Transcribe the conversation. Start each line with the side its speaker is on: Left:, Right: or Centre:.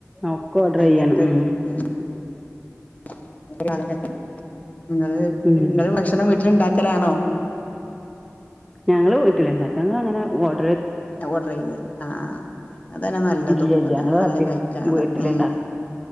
Centre: ഒക്കെ ഓർഡർ
Left: അങ്ങനത്തൊര്
Centre: ചെയ്യണം ഉം
Left: ആ ആ <unintelligible> ങ്ങള്
Centre: ഉം
Left: ങ്ങള് ഭക്ഷണം വീട്ടില്ണ്ടാക്കലാണോ
Centre: ഞങ്ങള് വീട്ടില്ണ്ടാക്ക ങ്ങളെങ്ങനെ ഓർ
Left: ആ ഓർഡറെയ്യെല് ആഹ് <unintelligible> അതന്നെ നല്ലതും
Centre: ഇല്ല ഇല്ല
Left: അതന്നെ
Centre: ഞങ്ങൾ
Left: നല്ല
Centre: അധികം
Left: കഴിക്കാ അതന്നെ
Centre: വീട്ടിലുണ്ടാക്കും
Left: ഉം